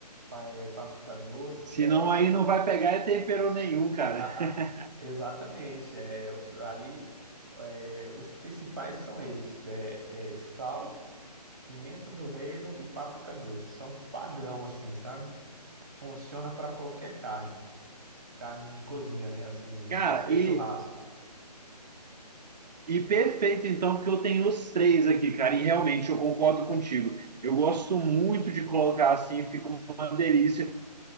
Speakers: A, on the right; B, on the right.
A: pá- é, páprica doce,
B: Senão
A: que aí.
B: aí não vai pegar é tempero nenhum,
A: <laughs>
B: cara. <laughs>
A: Exatamente. É, os- ali, é, os principais são esses: é, é sal, pimenta do reino e páprica doce. São padrão, assim, sabe? Funciona para qualquer carne, carne de cozinha, né? Assim,
B: Cara,
A: sem ser
B: e
A: churrasco.
B: E perfeito, então, porque eu tenho os três aqui, cara, e realmente eu concordo contigo. Eu gosto muito de colocar assim, fica uma delícia.